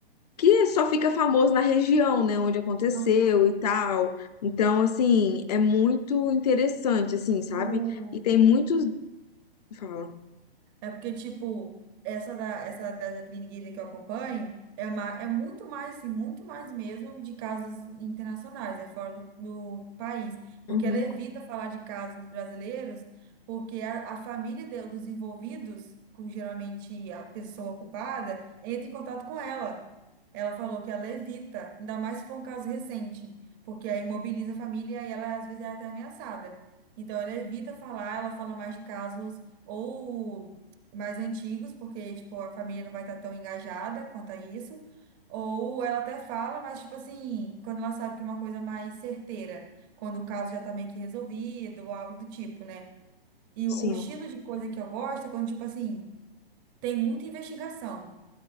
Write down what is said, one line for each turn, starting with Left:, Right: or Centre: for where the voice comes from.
Left: que só fica famoso na região, né, onde aconteceu
Right: Aham.
Left: e tal. Então, assim, é muito interessante, assim, sabe?
Right: O-
Left: E tem muitos Fala.
Right: É porque, tipo, essa da, essa da Jacqueline Guilherme que eu acompanho é, uma, é muito mais, assim, muito mais mesmo de casos internacionais, é fora do, do país. Porque
Left: Uhum.
Right: ela evita falar de casos brasileiros, porque a, a família de- dos envolvidos, com geralmente a pessoa culpada, entra em contato com ela. Ela falou que ela evita, ainda mais se for um caso recente, porque aí mobiliza a família e ela, às vezes, é até ameaçada. Então, ela evita falar, ela fala mais de casos ou mais antigos, porque, tipo, a família não vai estar tão engajada quanto a isso. Ou ela até fala, mas, tipo assim, quando ela sabe que é uma coisa mais certeira, quando o caso já tá meio que resolvido, ou algo do tipo, né? E
Left: Sim.
Right: o o estilo de coisa que eu gosto é quando, tipo assim, tem muita investigação.